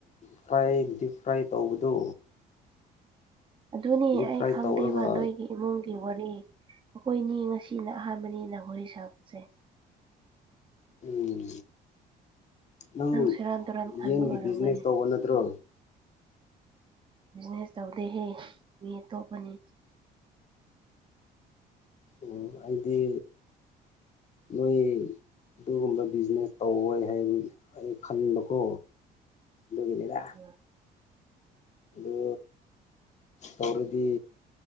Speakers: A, on the left; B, on the right.
A: ꯐ꯭ꯔꯥꯏ ꯗꯤꯞ ꯐ꯭ꯔꯥꯏ ꯇꯧꯕꯗꯨ
B: ꯑꯗꯨꯅꯤ
A: ꯗꯤꯞ
B: ꯑꯩ
A: ꯐ꯭ꯔꯥꯏ
B: ꯈꯪꯗꯦꯕ
A: ꯇꯧꯔꯒ
B: ꯅꯣꯏꯒꯤ ꯏꯃꯨꯡꯒꯤ ꯋꯥꯔꯤ ꯑꯩꯈꯣꯏꯅꯤ ꯉꯁꯤꯅ ꯑꯍꯥꯟꯕꯅꯤꯅ ꯋꯥꯔꯤ ꯁꯥꯕꯁꯦ
A: ꯎꯝ ꯅꯪ
B: ꯁꯦꯔꯥꯟ ꯇꯨꯔꯥꯟ ꯈꯟꯕ
A: ꯌꯦꯟꯒꯤ
B: ꯑꯣꯏꯔꯝꯒꯅꯤ
A: ꯕꯤꯖꯤꯅꯦꯁ ꯇꯧꯕ ꯅꯠꯇ꯭ꯔꯣ
B: ꯕꯤꯖꯤꯅꯦꯁ ꯇꯧꯗꯦꯍꯦ ꯃꯤ ꯑꯇꯣꯞꯄꯅꯤ
A: ꯑꯣ ꯑꯩꯗꯤ ꯅꯣꯏ ꯑꯗꯨꯒꯨꯝꯕ ꯕꯤꯖꯤꯅꯦꯁ ꯇꯧꯔꯣꯏ ꯍꯥꯏꯕꯒꯤ ꯑꯩ ꯈꯟꯕꯀꯣ ꯑꯗꯨꯒꯤꯅꯤꯗ
B: ꯎꯝ
A: ꯑꯗꯨ ꯇꯧꯔꯗꯤ